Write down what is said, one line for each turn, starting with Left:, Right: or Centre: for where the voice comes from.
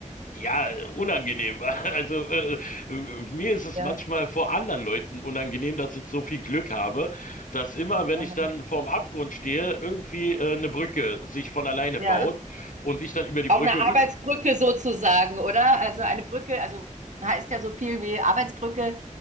Left: Ja, unangenehm. <laughs> Also äh, mir ist es
Right: Ja,
Left: manchmal vor anderen Leuten unangenehm, dass ich so viel Glück habe, dass immer, wenn
Right: aha,
Left: ich dann vorm Abgrund stehe, irgendwie äh, eine Brücke sich von alleine
Right: ja.
Left: baut und ich dann über die
Right: Auch
Left: Brücke
Right: eine Arbeitsbrücke sozusagen, oder? Also, eine Brücke, also, heißt ja so viel wie Arbeitsbrücke.